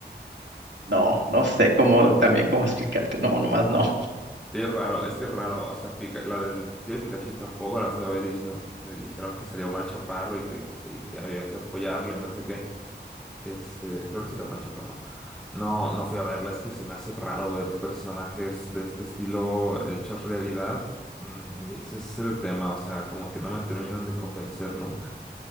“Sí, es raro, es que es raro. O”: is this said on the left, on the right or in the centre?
Centre